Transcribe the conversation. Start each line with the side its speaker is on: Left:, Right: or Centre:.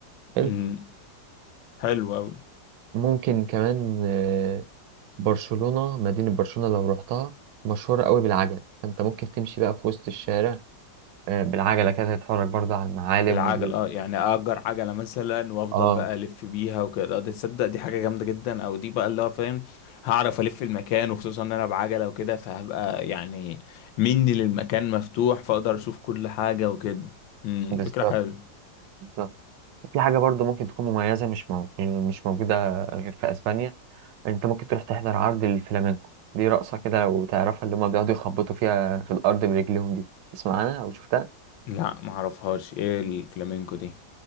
Right: حلو
Left: أمم. حلو أوي
Right: ممكن كمان آه، برشلونة مدينة برشلونة لو رحتها مشهورة قوي بالعجل فانت ممكن تمشي بقى في وسط الشارع آه، بالعجلة كده تتفرج برضه على المعالم
Left: بالعجل
Right: وال
Left: اه يعني أجر عجلة مثلا وأفضل
Right: اه
Left: بقى ألف بيها وكده آه، دي تصدق دي حاجة جامدة جدا أو دي بقى اللي هو فاهم هعرف ألف المكان وخصوصا إن أنا بعجلة وكده فهبقى يعني مني للمكان مفتوح فأقدر أشوف كل حاجة وكده أمم،
Right: بالظبط
Left: فكرة حلوة
Right: بالظبط في حاجة برضه ممكن تكون مميزة مش مو... يعني مش موجودة غير في اسبانيا انت ممكن تروح تحضر عرض الفلامينكو دي رقصة كده لو تعرفها اللي هما بيقعدوا يخبطوا فيها في الأرض برجليهم دي تسمع عنها أو شفتها
Left: لا معرفهاش ايه الفلامينكو دي